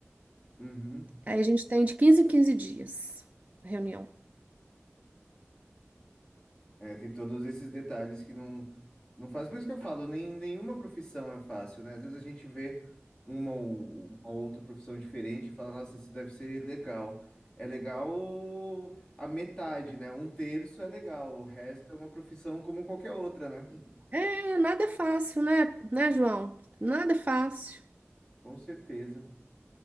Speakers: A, on the left; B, on the right.
A: Uhum.
B: Aí a gente tem de 15 em 15 dias a reunião.
A: É, tem todos esses detalhes que não, não faz. Por isso que eu falo, nem, nenhuma profissão é fácil, né? Às vezes a gente vê uma ou uma outra profissão diferente e fala, nossa, isso deve ser legal. É legal a metade, né? Um terço é legal, o resto é uma profissão como qualquer outra, né? <laughs>
B: É, nada é fácil, né? Né, João? Nada é fácil.
A: Com certeza.